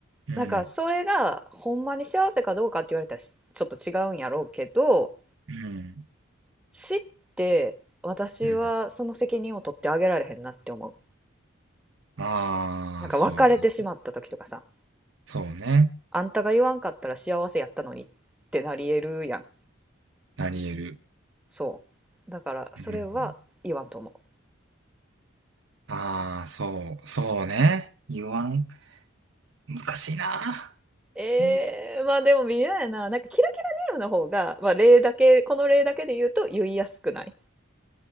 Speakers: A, on the right (about 70°); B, in the centre.
A: うん。
B: う。なんかそれがほんまに幸せかどうかって言われたらしちょっと違うんやろうけど、
A: うん。
B: 死って私はその責任を取ってあげられへんなって思う。
A: うん。ああ、
B: なんか別れてしまった時とかさ、
A: そうね。そうね。
B: あんたが言わんかったら幸せやったのにってなりえるやん。
A: なり得る。
B: そう。だからそれは言わんと思う。
A: うんああ、そう、そうね。言わん。難しいな。
B: えー、
A: 言う。
B: まあでも微妙やな。なんかキラキラネームの方が、まあ例だけ、この例だけで言うと言いやすくない